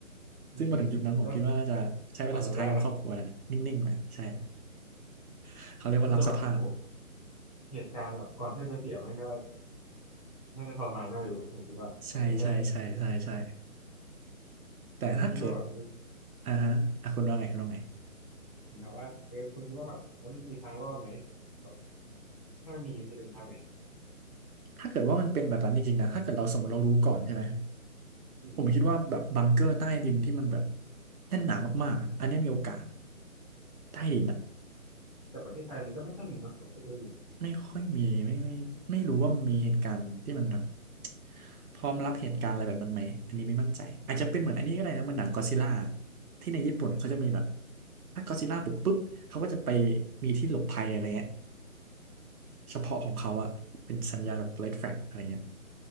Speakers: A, on the left; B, on the right.
A: อืมแล้วก็
B: ซึ่งมาถึงจุดนั้นผมคิดว่าน่าจะใช้เวลาสุดท้ายกับครอบครัวนั่นแหละนิ่งๆแหละใช่
A: ทำอะไรไม่ได้นะ
B: <laughs> เขาเรียกว่ารับสภาพ
A: ว่าแต่แบบโหเหตุการณ์แบบก่อนที่เราจะเสียมันก็น่าจะทรมานน่าดูผมคิดว่าแบบกระแทก
B: ใช่ใช่ใช่ใช่ใช่แต่ถ้าเกิด
A: คุณคิดว่าแบบมี
B: อ่าฮะอ่ะคุณว่าไงคุณว่าไง
A: อันถามว่าเออคุณคิดว่าแบบว่ามันมีทางรอดไหมแบบถ้ามีมันจะเป็นทางไหน
B: ถ้าเกิดว่ามันเป็นแบบนั้นจริงๆนะถ้าเกิดเราสมมติเรารู้ก่อนใช่ไหม
A: อืม
B: ผมคิดว่าแบบบังเกอร์ใต้ดินที่มันแบบแน่นหนามากๆอะอันเนี้ยมีโอกาสใต้ดินอะ
A: แต่ประเทศไทยมันก็ไม่ค่อยมีนะผมคิดว่าอยู่
B: ไม่ค่อยมีไม่ไม่ไม่รู้ว่ามีเหตุการณ์ที่มันแบบพร้อมรับเหตุการณ์อะไรแบบนั้นไหมอันนี้ไม่มั่นใจอาจจะเป็นเหมือนอันนี้ก็ได้นะเหมันหนังก็อดซิลล่า
A: อืม
B: ที่ในญี่ปุ่นเขาจะมีแบบถ้าก็อดซิลล่าบุกปุ๊บเขาก็จะไปมีที่หลบภัยอะไรเงี้ยเฉพาะของเขาอะเป็นสัญญาณแบบเ e d f ฟ a g อะไรเงี้ย